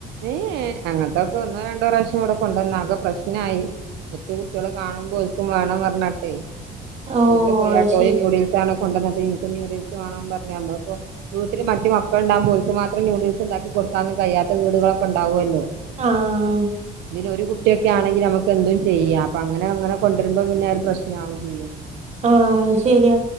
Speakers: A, on the right; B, on the right.
A: ഏഹ്ഹേ അങ്ങനതൊക്കെ ഒന്നോ രണ്ടോ പ്രാവശ്യം ഇവടെ കൊണ്ടന്നാകെ പ്രശ്നായി മറ്റേ കുട്ട്യാള് കാണുമ്പോ ഓൽക്കും വാണം പർഞ്ഞാണ്ടെ
B: ഓ
A: <unintelligible>
B: അത് ശരി
A: ന്യൂഡൽസ ആണ് കൊണ്ടന്നത്. ന്യൂഡിൽസ് വണം പറഞ് പ്പൊ വീട്ടില് മറ്റ് ക്കും ന്യൂഡില്സ് വാണം പർഞ്ഞ് നമ്മള്പ്പ വീട്ട്ല് മറ്റ് മക്കള് ണ്ടാകുംമ്പോ ഓല്ക്ക് മാത്രം ന്യൂഡിൽസ് ഇണ്ടാക്കി കൊടുക്കാനും കയ്യാത്ത ത് വീടുകളൊക്കെ ഉണ്ടാവോല്ലോ
B: ആഹ്
A: തില് ഒരു കുട്ടിയൊക്കെ ആണെങ്കി നമുക്ക് എന്തും ചെയ്യാം അപ്പൊ അങ്ങനെ അങ്ങനെ കൊണ്ടരുമ്പോ പിന്നെ ഒരു പ്രശനാവും ചെയ്യും
B: ആഹ് ശരിയാ